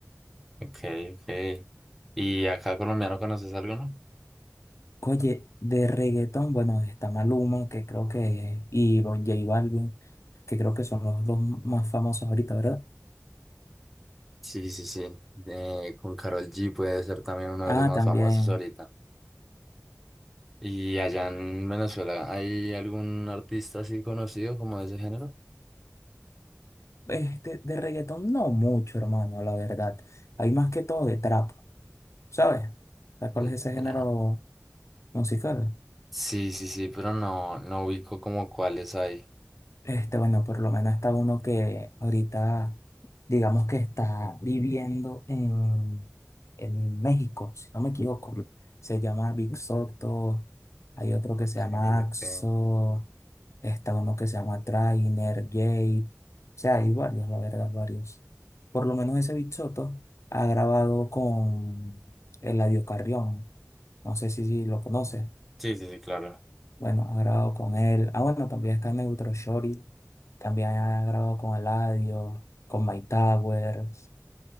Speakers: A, in the centre; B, on the left.
A: Ok, ok. ¿Y acá colombiano conoces algo, no?
B: Oye, de reggaetón, bueno, está Maluma, que creo que, y Don J Balvin, que creo que son los dos más famosos ahorita, ¿verdad?
A: Sí, sí, sí. Eh, con Karol G puede ser también uno
B: Ah,
A: de los más
B: también,
A: famosos ahorita. ¿Y allá en Venezuela hay algún artista así conocido como de ese género?
B: este, de reggaetón no mucho, hermano, la verdad. Hay más que todo de trap, ¿sabes? ¿Sabes cuál
A: De
B: es ese género
A: tra-
B: musical?
A: Sí, sí, sí, pero no, no ubico como cuáles hay.
B: Este, bueno, por lo menos está uno que ahorita, digamos que está viviendo en, en México, si no me equivoco. Se llama Big Soto, hay otro
A: Ok,
B: que se llama Axo,
A: ok.
B: está uno que se llama Trainer, Jay. O sea, hay varios, la verdad, varios. Por lo menos ese Big Soto ha grabado con Eladio Carrión. No sé si, si lo conoces.
A: Sí, sí, sí, claro.
B: Bueno, ha grabado con él. Ah, bueno, también está Neutro Shorty. También ha grabado con Eladio, con My Towers.